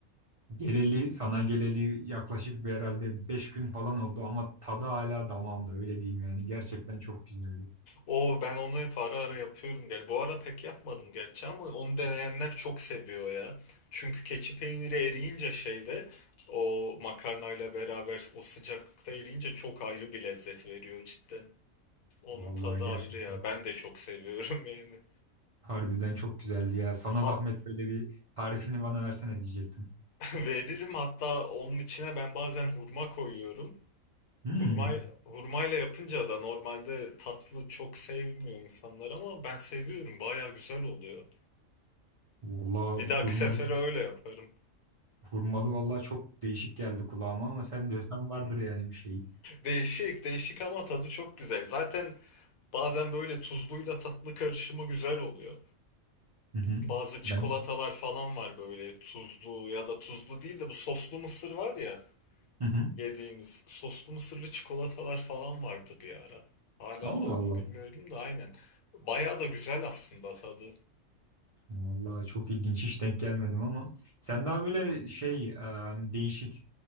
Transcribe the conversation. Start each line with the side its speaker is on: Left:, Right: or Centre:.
Right: geleli sana geleli yaklaşık bir herhalde 5 gün falan oldu ama tadı hala damağımda öyle diyeyim yani. Gerçekten çok güzeldi.
Left: O ben onu hep ara ara yapıyorum. Gel bu ara pek yapmadım gerçi ama onu deneyenler çok seviyor ya. Çünkü keçi peyniri eriyince şeyde o makarnayla beraber o sıcaklıkta eriyince çok ayrı bir lezzet veriyor cidden. Onun
Right: Vallahi
Left: tadı
Right: gerçekten.
Left: ayrı ya. Ben de çok seviyorum yani.
Right: Harbiden çok güzeldi ya. Sana
Left: Hat
Right: zahmet böyle bir tarifini bana versene diyecektim.
Left: <laughs> veririm hatta onun içine ben bazen hurma koyuyorum.
Right: Hmm.
Left: Hurma hurmayla yapınca da normalde tatlı çok sevmiyor insanlar ama ben seviyorum. Baya güzel oluyor.
Right: Vallahi
Left: Bir dahaki
Right: hurma
Left: sefere öyle yaparım.
Right: Hurmalı vallahi çok değişik geldi kulağıma ama sen diyorsan vardır yani bir şeyi.
Left: Değişik, değişik ama tadı çok güzel. Zaten bazen böyle tuzluyla tatlı karışımı güzel oluyor.
Right: Hı hı.
Left: Bazı çikolatalar
Right: Ben
Left: falan var böyle tuzlu ya da tuzlu değil de bu soslu mısır var ya.
Right: hı hı.
Left: yediğimiz soslu mısırlı çikolatalar falan vardı bir ara. Hala
Right: Allah
Left: var
Right: Allah.
Left: mı bilmiyorum da aynen. Bayağı da güzel aslında tadı.
Right: Vallahi çok ilginç hiç denk gelmedim ama sen daha böyle şey e, değişik